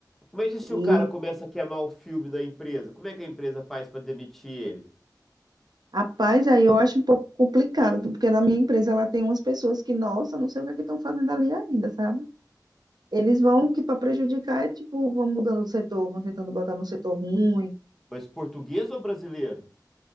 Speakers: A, in the centre; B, on the right.
A: Mas e se
B: E,
A: o cara começa a queimar o filme da empresa? Como é que a empresa faz para demitir ele?
B: rapaz, aí eu acho um pouco complicado, porque na minha empresa ela tem umas pessoas que, nossa, não sei o que é que estão fazendo ali ainda, sabe? Eles vão que para prejudicar é tipo, vão mudando o setor, vão tentando botar no setor ruim
A: Mas português ou brasileiro?